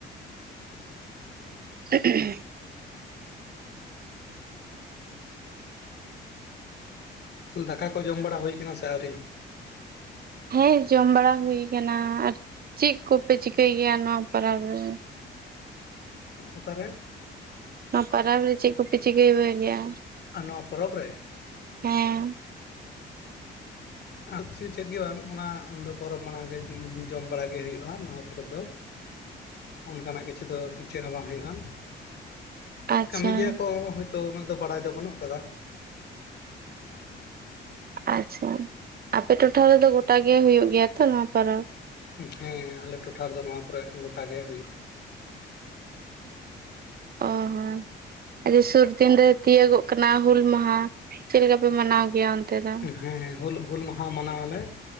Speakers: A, on the right; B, on the left.
A: <inaudible>
B: ᱫᱟᱠᱟ ᱠᱚ ᱡᱚᱢ ᱵᱟᱲᱟ ᱦᱩᱭ ᱠᱟᱱᱟ ᱥᱮ ᱟᱹᱣᱨᱤ
A: ᱦᱮᱸ ᱡᱚᱢ ᱵᱟᱲᱟ ᱦᱩᱭ ᱠᱟᱱᱟ ᱟᱨ ᱪᱮᱫ ᱠᱚᱯᱮ ᱪᱤᱠᱟᱹᱭ ᱜᱮᱭᱟ ᱱᱚᱣᱟ ᱯᱟᱨᱟᱵᱽ ᱨᱮ
B: ᱚᱠᱟᱨᱮ
A: ᱱᱚᱣᱟ ᱯᱟᱨᱟᱵᱽ ᱨᱮ ᱪᱮᱫ ᱠᱚᱯᱮ ᱪᱤᱠᱟᱹᱭ ᱜᱮᱭᱟ
B: ᱟᱨ ᱱᱚᱣᱟ ᱯᱚᱨᱚᱵᱽ ᱨᱮ
A: ᱦᱮᱸ
B: ᱟᱨ ᱠᱤᱪᱷᱩ ᱪᱮᱫ ᱜᱮ ᱵᱟᱝ ᱚᱱᱟ ᱩᱱᱫᱚ ᱯᱚᱨᱚᱵᱽ ᱢᱟᱱᱟᱣ ᱜᱮ ᱡᱚᱢ ᱵᱟᱲᱟᱟᱜ ᱜᱮ ᱦᱩᱭᱩᱜᱼᱟ ᱱᱚᱣᱟ ᱯᱚᱨᱚᱵᱽ ᱫᱚ
A: <unintelligible>
B: ᱚᱱᱠᱟᱱᱟᱜ ᱠᱤᱪᱷᱩ ᱫᱚ ᱪᱮᱫ ᱦᱚᱸ ᱵᱟᱝ ᱦᱩᱭᱩᱜᱼᱟ
A: ᱟᱪᱪᱷᱟ
B: ᱠᱟᱹᱢᱤ ᱜᱮᱭᱟ ᱠᱚ ᱦᱳᱭᱛᱳ ᱩᱱᱟᱹᱜ ᱫᱚ ᱵᱟᱲᱟᱭ ᱫᱚ ᱵᱟᱹᱱᱩᱜ ᱠᱟᱫᱟ
A: ᱟᱪᱪᱷᱟ ᱟᱯᱮ ᱴᱚᱴᱷᱟ ᱨᱮᱫᱚ ᱜᱚᱴᱟᱜᱮ ᱦᱩᱭᱩᱜ ᱜᱮᱭᱟ ᱛᱚ ᱱᱚᱣᱟ ᱯᱟᱨᱟᱵᱽ
B: ᱦᱮᱸ ᱟᱞᱮ ᱴᱚᱴᱷᱟ ᱨᱮᱫᱚ ᱱᱚᱣᱟ ᱠᱚᱨᱮ ᱜᱚᱴᱟ ᱜᱮ ᱦᱩᱭᱩᱜᱼᱟ
A: ᱚ ᱦᱚᱸ ᱥᱩᱨ ᱫᱤᱱᱨᱮ ᱛᱤᱭᱟᱹᱜᱚᱜ ᱠᱟᱱᱟ ᱦᱩᱞ ᱢᱟᱦᱟ ᱪᱮᱫ ᱞᱮᱠᱟ ᱯᱮ ᱢᱟᱱᱟᱣ ᱜᱮᱭᱟ ᱚᱱᱛᱮ ᱫᱚ
B: ᱦᱮᱸ ᱦᱩᱞ ᱦᱩᱞ ᱢᱟᱦᱟ ᱢᱟᱱᱟᱣᱟᱞᱮ